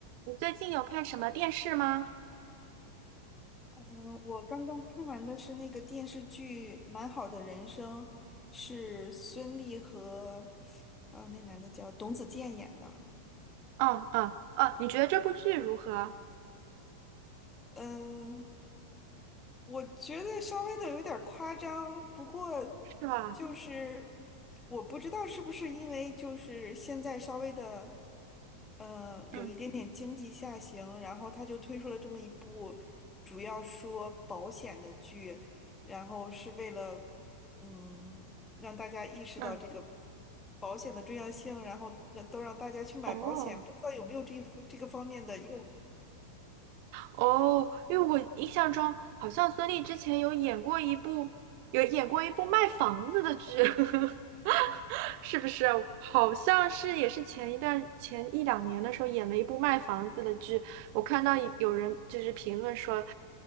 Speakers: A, on the right; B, on the left.
A: 你最近有看什么电视吗？
B: 嗯，我刚刚看完的是那个电视剧《蛮好的人生》，是孙俪和啊、那男的叫董子健演的。
A: 嗯嗯嗯，你觉得这部剧如何？
B: 嗯，我觉得稍微的有点儿夸张，不过
A: 是吧？
B: 就是我不知道是不是因为就是现在稍微的，呃，有一点点经济下行，
A: 嗯
B: 然后他就推出了这么一部主要说保险的剧，然后是为了嗯让大家意识到这个
A: 嗯，
B: 保险的重要性，然后让都让大家去买保险，
A: 哦
B: 不知道有没有这一这个方面的用。
A: 哦，因为我印象中好像孙俪之前有演过一部，有演过一部卖房子的剧，<laughs> 是不是？好像是也是前一段前一两年的时候演了一部卖房子的剧，我看到有人就是评论说，